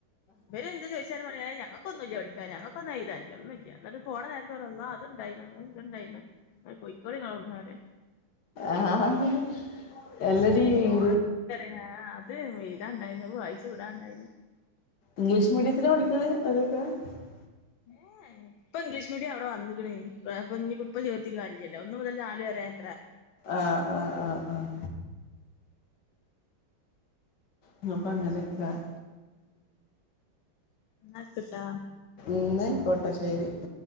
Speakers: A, on the left; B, on the left.
A: ഇവരെന്ത് ചോയിച്ചാലും പറയാ ഏഹ് ഞങ്ങ ക്കൊന്നുല്ല്യാ പഠിക്കാന് ഞങ്ങക്കൊന്നും എയ്താന് ഒന്നുല്ല്യ ന്ന്ട്ട് പോണ നേരത്ത് പറയും അല്ലാഹ് അത്ണ്ടായിനു <unintelligible> ഇത്ണ്ടായിനു <unintelligible> പൊയ്ക്കോളി ഇങ്ങളവട്ന്ന് അറിം
B: ആഹ് എല്ലടീ ഇം
A: ആഹ് അത് ഉം എയ്താണ്ടാരുന്നു അഹ് വായിച്ച് വിടാണ്ടാരുന്നു
B: ഇംഗ്ലീഷ് <unintelligible>
A: ഏഹ് ഇപ്പൊ ഇംഗ്ലീഷ് മീഡിയം അവടെ വന്നിക്ക്ണ് പ്രേ പ്പ ഇഞ്ഞിപ്പം ഇപ്പ ചേർത്തീട്ട് കാര്യ ല്ലല്ലോ ഒന്നു മുതല് നാല് വരെത്രെ
B: ആഹ് ആഹ് ആഹ് ആഹ് <unintelligible> ഉമ്
A: ഇപ്രാവശ്യം മുതൽ വന്ന്ക്ക്ണ് എന്നാ വെക്കട്ടാ
B: ഇന്നായിക്കോട്ടെ ശെരി